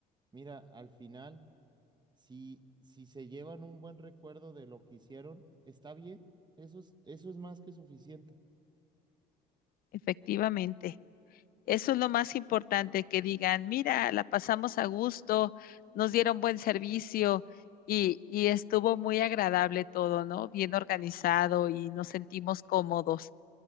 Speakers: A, on the right; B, on the left.
A: mira, al final, si, si se llevan un buen recuerdo de lo que hicieron, está bien. Eso es, eso es más que suficiente.
B: efectivamente. Eso es lo más importante, que digan, mira, la pasamos a gusto, nos dieron buen servicio y, y estuvo muy agradable todo, ¿no? Bien organizado y nos sentimos cómodos.